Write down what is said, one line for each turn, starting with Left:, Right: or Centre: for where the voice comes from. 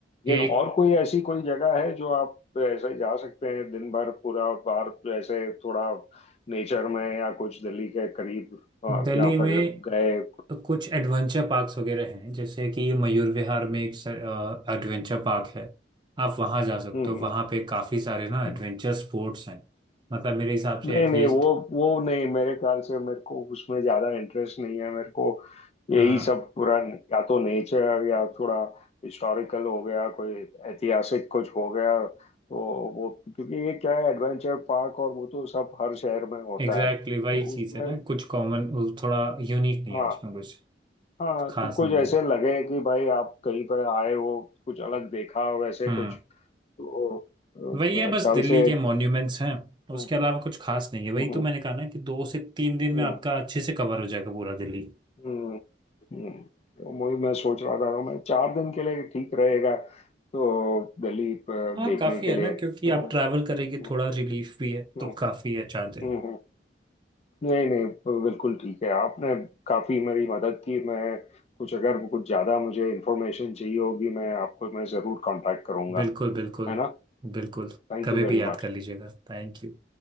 Left: लेकिन
Right: एक
Left: और कोई ऐसी कोई जगह है जो आप ऐसे जा सकते हैं दिन भर पूरा बाहर ऐसे थोड़ा नेचर में या कुछ दिल्ली के करीब अ,
Right: दिल्ली
Left: जहाँ पर
Right: में
Left: गए
Right: कुछ एडवेंचर पार्क्स वगैरह हैं जैसे कि मयूर विहार में एक एडवेंचर पार्क है आप वहाँ जा सकते
Left: हम्म
Right: हो वहाँ पे काफ़ी सारे ना एडवेंचर
Left: हम्म
Right: स्पोर्ट्स हैं मतलब मेरे हिसाब से
Left: नहीं
Right: एटलीस्ट
Left: नहीं वो वो नहीं मेरे ख्याल से मेरे को उसमें ज्यादा इंटरेस्ट नहीं है मेरे को यही
Right: हाँ
Left: सब पूरा या तो नेचर या थोड़ा हिस्टोरिकल हो गया कोई ऐतिहासिक कुछ हो गया तो वो क्योंकि ये क्या है एडवेंचर पार्क और वो तो सब हर शहर में होता
Right: एग्जैक्टली
Left: है तो
Right: वही चीज़
Left: उसमें
Right: है ना कुछ कॉमन थोड़ा यूनिक नहीं
Left: हाँ
Right: है उसमें कुछ
Left: हाँ
Right: खास
Left: तो कुछ
Right: नहीं
Left: ऐसे
Right: है
Left: लगे कि भाई आप कहीं पर आए हो कुछ अलग देखा वैसे
Right: हम्म।
Left: कुछ तो अ,
Right: वही
Left: मेरे
Right: है बस
Left: ख्याल
Right: दिल्ली
Left: से
Right: के मॉन्यूमेंट्स हैं उसके
Left: हम्म,
Right: अलावा कुछ खास नहीं है वही
Left: हम्म,
Right: तो मैंने कहा ना कि दो से तीन दिन में
Left: हम्म।
Right: आपका अच्छे से कवर हो जाएगा पूरा दिल्ली
Left: हम्म हम्म। तो वही मैं सोच रहा था मैं चार दिन के लिए ठीक रहेगा तो दिल्ली अ,
Right: हाँ
Left: देखने
Right: काफी
Left: के
Right: है
Left: लिए
Right: ना क्योंकि
Left: तो
Right: आप ट्रैवल
Left: हम्म
Right: करेंगे थोड़ा रिलीफ भी है
Left: हम्म,
Right: तो काफी है चार दिन
Left: हम्म। हम्म। नहीं नहीं बिल्कुल ठीक है आपने काफी मेरी मदद की मैं कुछ अगर कुछ ज्यादा मुझे इंफॉर्मेशन चाहिए होगी मैं आपको मैं जरूर कांटेक्ट करूंगा
Right: बिल्कुल बिल्कुल
Left: है ना
Right: बिल्कुल
Left: Thank
Right: कभी
Left: you very
Right: भी याद
Left: much
Right: कर लीजिएगा थैंक यू